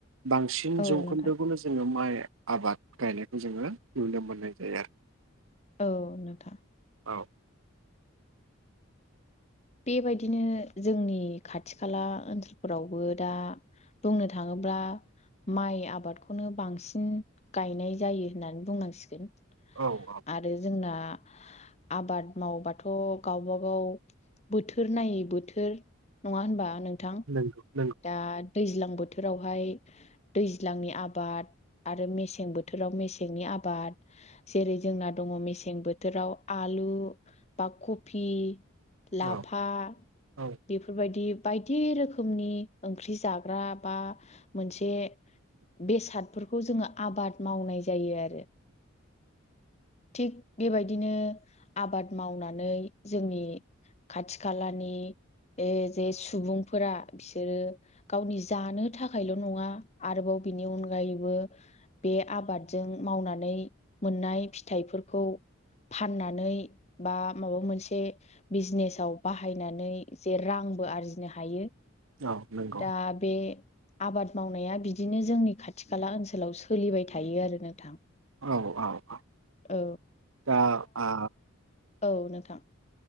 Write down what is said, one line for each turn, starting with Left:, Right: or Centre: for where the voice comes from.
Right: बांसिन
Left: औ
Right: जौखोन्दोखौनो
Left: नोंथां
Right: जोङो माइ आबाद गायनायखौ जोङो नुनो मोननाय जायो आरो
Left: औ नोंथां
Right: औ
Left: बेबायदिनो जोंनि खाथि खाला ओनसोलफोरावबो दा बुंनो थाङोब्ला बा माइ आबादखौनो बांसिन गायनाय जायो होननानै बुंनांसिगोन
Right: औ औ औ
Left: आरो जोंना आबाद मावबाथ' गावबागाव बोथोर नायै बोथोर नङा होनबा नों
Right: <inaudible>
Left: दा दैज्लां दैज्लां बोथोरावहाय दैज्लांनि आबाद आरो मेसें बोथोराव मेसेंनि आबाद जेरै जोंना दङ मेसें बोथोराव आलु बा कफि लाफा
Right: औ औ
Left: बेफोरबायदि बायदि रोखोमनि ओंख्रि जाग्रा बा मोनसे बेसाद बेफोरखौ जोङो आबाद मावनाय जायो आरो थिग बेबायदिनो आबाद मावनानै जोंनि खाथि खालानि जे सुबुंफोरा बि बिसोरो गावनि जानो थाखायल' नङा आरोबाव बिनि अनगायैबो बे आबादजों मावनानै मोननाय फिथाइफोरखौ फाननानै बा माबा मोनसे बिजनेसाव बाहायनानै जे रां आंबो आरजिनो हायो।
Right: औ नंगौ
Left: दा बे आबाद मावनाया बिदिनो जोंनि खाथि खाला ओनसोलाव सोलिबाय थायो आरो नोंथां।
Right: औ औ औ।
Left: औ
Right: दा आ
Left: औ नोंथां